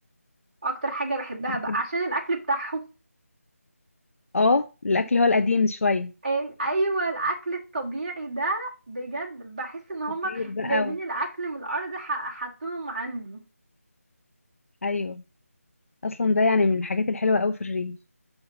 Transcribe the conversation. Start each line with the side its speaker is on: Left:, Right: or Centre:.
Right: اكتر حاجة بحبها
Left: بتحب
Right: بقى عشان الاكل بتاعهم
Left: اه الاكل هو القديم شويه
Right: أن- ايوه الاكل الطبيعي ده بجد بحس ان هما
Left: فطير بقى
Right: جايبين
Left: و...
Right: الاكل من الارض ح- حاطينهم عندي
Left: ايوه اصلا ده يعني من الحاجات الحلوه قوي في الريف